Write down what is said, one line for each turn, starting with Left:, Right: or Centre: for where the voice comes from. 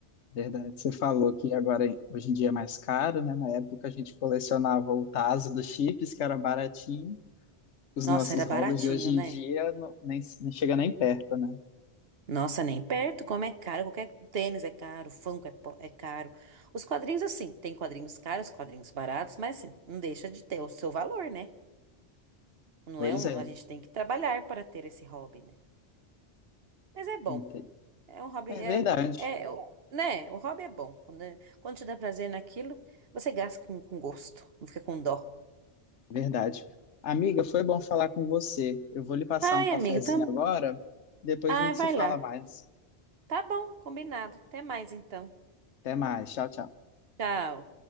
Left: Verdade. Você falou que agora, hoje em dia, é mais caro, né? Na época, a gente colecionava o taso dos chips, que era baratinho. Os
Right: Nossa,
Left: nossos
Right: era
Left: hobbies
Right: baratinho,
Left: de hoje em
Right: né?
Left: dia não, nem, nem chega nem perto, né?
Right: Nossa, nem perto, como é caro. Qualquer tênis é caro, Funko é, po- é caro. Os quadrinhos, assim, tem quadrinhos caros, quadrinhos baratos, mas assim, não deixa de ter o seu valor, né? Não
Left: Pois
Right: é um.
Left: é.
Right: A gente tem que trabalhar para ter esse hobby, né? Mas é bom.
Left: Entendi.
Right: É um hobby,
Left: É
Right: é,
Left: verdade.
Right: é, é eu- né? O hobby é bom. Quando, quando te dá prazer naquilo, você gasta com, com gosto, não fica com dó.
Left: Verdade. Amiga, foi bom falar com você. Eu vou lhe passar
Right: Ai,
Left: um cafezinho
Right: amigo, tam...
Left: agora, depois
Right: Ai,
Left: a gente
Right: vai
Left: se fala
Right: lá.
Left: mais.
Right: Tá bom, combinado. Até mais então.
Left: Até mais. Tchau, tchau.
Right: Tchau.